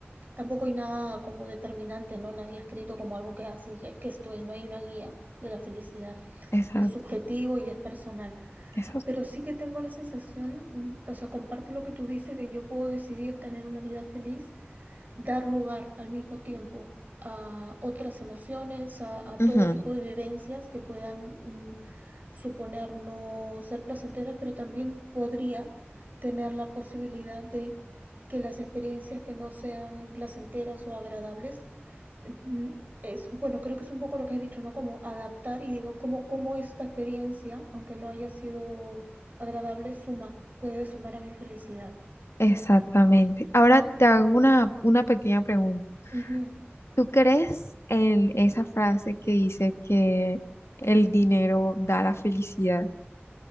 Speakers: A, on the right; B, on the left.
A: Tampoco hay nada como determinante, ¿no? Nadie ha escrito como algo que así, es que esto es, no hay una guía de la felicidad.
B: exacto,
A: Es subjetivo y es personal.
B: exacto.
A: Pero sí que tengo la sensación, mm, o sea, comparto lo que tú dices de yo puedo decidir tener una vida feliz, dar lugar al mismo tiempo a otras emociones, a, a todo
B: Ujú,
A: tipo de vivencias que puedan mm, suponer no ser placenteras, pero también podría tener la posibilidad de que las experiencias que no sean placenteras o agradables, mm, es, bueno, creo que es un poco lo que has dicho, ¿no? Como adaptar y digo, ¿cómo, cómo esta experiencia, aunque no haya sido agradable, suma, puede sumar a mi felicidad,
B: Exactamente. Ahora
A: ¿no?
B: te hago una, una pequeña pregunta.
A: Uh -huh.
B: ¿Tú crees en esa frase que dice que el dinero da la felicidad?